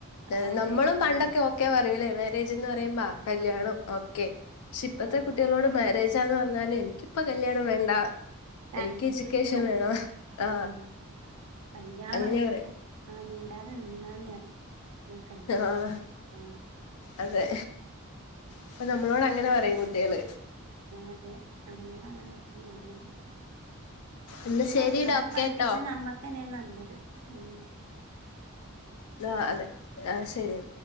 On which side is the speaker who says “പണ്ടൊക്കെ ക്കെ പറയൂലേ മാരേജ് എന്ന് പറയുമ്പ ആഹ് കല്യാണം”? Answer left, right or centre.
Left